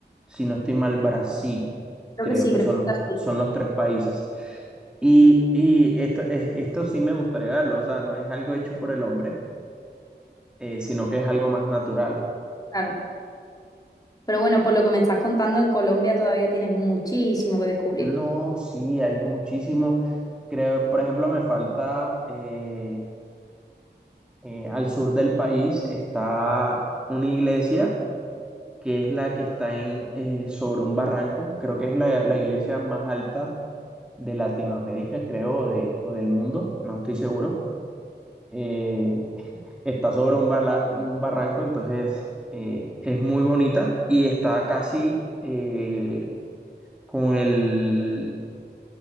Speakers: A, in the centre; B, on the left (about 20°).
A: si no estoy mal, Brasil.
B: Creo
A: Creo
B: que sí,
A: que
B: creo
A: son,
B: que está así.
A: son los tres países. Y, y esto, es- esto sí me gustaría verlo, o sea, no es algo hecho por el hombre, eh, sino que es algo más natural.
B: Claro. Pero bueno, por lo que me estás contando, en Colombia todavía tienes muchísimo que descubrir.
A: No, sí, hay muchísimo. Creo, por ejemplo, me falta eh, eh, al sur del país está una iglesia que es la que está en, eh, sobre un barranco. Creo que es la, la iglesia más alta de Latinoamérica, creo, o, de, o del mundo, no estoy seguro eh, <laughs> está sobre un, barla- un barranco, entonces eh, es muy bonita y está casi eh, con el,